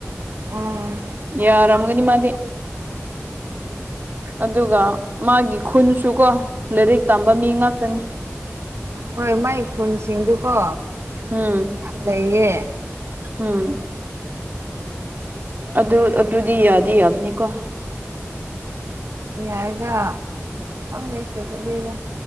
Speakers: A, on the right (about 65°); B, on the right (about 40°).
A: ꯎꯝ
B: ꯌꯥꯔꯝꯒꯅꯤꯃꯗꯤꯦ ꯑꯗꯨꯒ ꯃꯥꯒꯤ ꯈꯨꯟꯁꯨ ꯀꯣ ꯂꯥꯏꯔꯤꯛ ꯇꯝꯕ ꯃꯤ ꯉꯥꯛꯇꯅꯤ
A: ꯍꯣꯏ ꯃꯥꯏ ꯈꯨꯟꯁꯤꯡꯗꯨꯀꯣ
B: ꯎꯝ
A: ꯂꯩꯌꯦ
B: ꯎꯝ ꯑꯗꯨ ꯑꯗꯨꯗꯤ ꯌꯥꯗꯤ ꯌꯥꯕꯅꯤꯀꯣ
A: ꯌꯥꯏꯗ ꯈꯪꯗꯦ ꯀꯩꯇꯧꯕꯩꯅꯣ